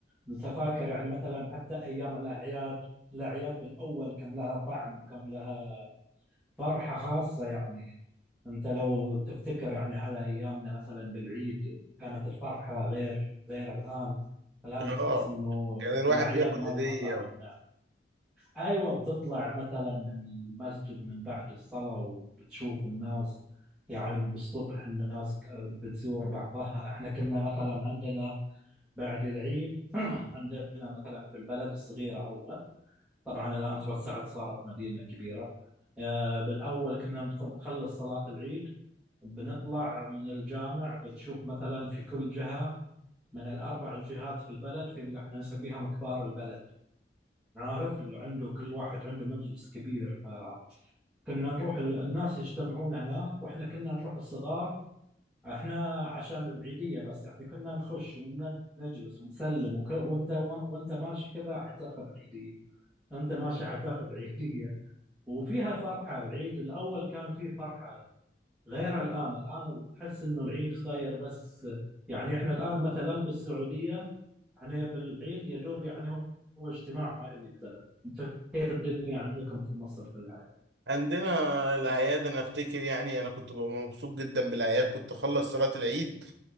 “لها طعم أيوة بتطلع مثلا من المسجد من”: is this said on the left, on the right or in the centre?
Centre